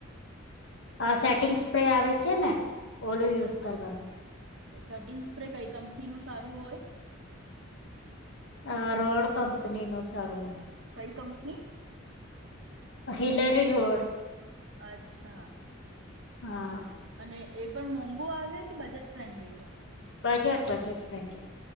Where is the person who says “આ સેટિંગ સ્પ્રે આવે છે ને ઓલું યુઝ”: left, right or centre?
Left